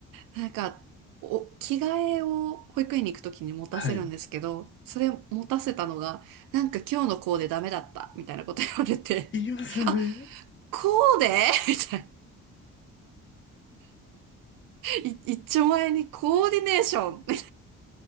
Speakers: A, on the right; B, on the left.
A: なんか、お、着替えを保育園に行くときに持たせるんですけど、
B: <laughs> はい。
A: それ持たせたのが、なんか今日のコーデダメだった、みたいなこと言われて、
B: 言いますよね。
A: あ、コーデみたいな。い、一丁前にコーディネーションみ